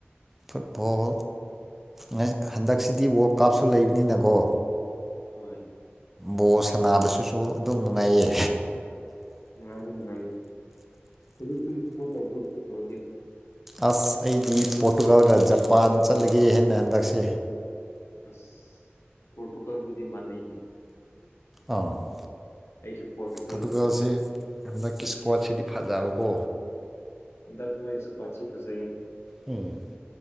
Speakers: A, in the centre; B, on the left.
A: ꯐꯨꯠꯕꯣꯜ ꯉ ꯍꯟꯗꯛꯁꯤꯗꯤ ꯋꯥꯜ ꯀꯞꯁꯨ ꯂꯩꯕꯅꯤꯅꯒ‌ꯣ
B: ꯍꯣꯏ
A: ꯕꯣꯜ ꯁꯥꯅꯕꯁꯤꯁꯨ ꯑꯗꯨꯝ ꯅꯨꯉꯥꯏꯌꯦ
B: ꯅꯨꯡꯉꯥꯏꯅꯤ ꯅꯨꯡꯉꯥꯏ ꯀꯔꯤ ꯇꯤꯝ ꯁꯄꯣꯔꯠ ꯇꯧꯕꯔ‌ꯣ ꯕ꯭ꯔꯣꯗꯤ
A: ꯑꯁ ꯑꯩꯗꯤ ꯄꯣꯔꯇꯨꯒꯜꯒ ꯖꯄꯥꯟ ꯆꯠꯂꯒꯦ ꯍꯥꯏꯅ ꯍꯟꯗꯛꯁꯦ
B: ꯑꯁ ꯄꯣꯔꯇꯨꯀꯜꯒꯤꯗꯤ ꯃꯥꯅꯩꯅꯦ
A: ꯑꯥꯎ
B: ꯑꯩꯁꯨ ꯄꯣꯔꯇꯨꯒꯜꯅꯤꯅꯦ
A: ꯄꯣꯔꯇꯨꯒꯜꯁꯦ ꯍꯟꯗꯛꯀꯤ ꯏꯁꯀ꯭ꯋꯥꯠꯁꯤꯗꯤ ꯐꯖꯕꯀꯣ
B: ꯍꯟꯗꯛ ꯃꯣꯏ ꯏꯁꯀ꯭ꯋꯥꯠꯁꯤ ꯐꯖꯩꯌꯦ
A: ꯎꯝ